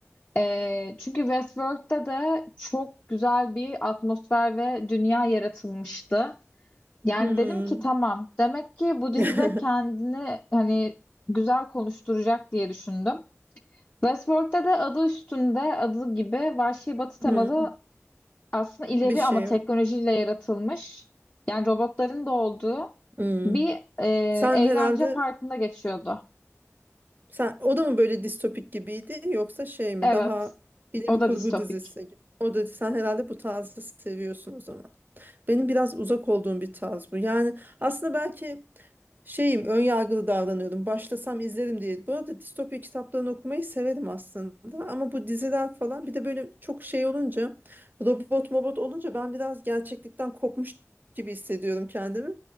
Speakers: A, on the left (about 30°); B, on the right (about 40°).
A: Ee, çünkü Westworld'da da çok güzel bir atmosfer ve dünya yaratılmıştı. Yani
B: Hı.
A: dedim ki tamam. Demek ki bu dizide
B: <laughs>
A: kendini hani güzel konuşturacak diye düşündüm. Westworld'de de adı üstünde adı gibi vahşi batı temalı
B: Hı.
A: aslında ileri
B: Bir şey
A: ama teknolojiyle
B: var.
A: yaratılmış. Yani robotların da olduğu
B: Hı.
A: bir e,
B: Sen
A: eğlence
B: herhalde
A: parkında geçiyordu.
B: sen o da mı böyle distopik gibiydi yoksa şey mi
A: Evet.
B: daha bilim
A: O da
B: kurgu
A: distopik.
B: dizisi gibi? O da sen herhalde bu tarzı seviyorsun o zaman. Benim biraz uzak olduğum bir tarz bu. Yani aslında belki şeyim ön yargılı davranıyordum. Başlasam izlerim diye. Bu arada distopya kitaplarını okumayı severim aslında. Ama bu diziler falan bir de böyle çok şey olunca robot mobot olunca ben biraz gerçeklikten kopmuş gibi hissediyorum kendimi.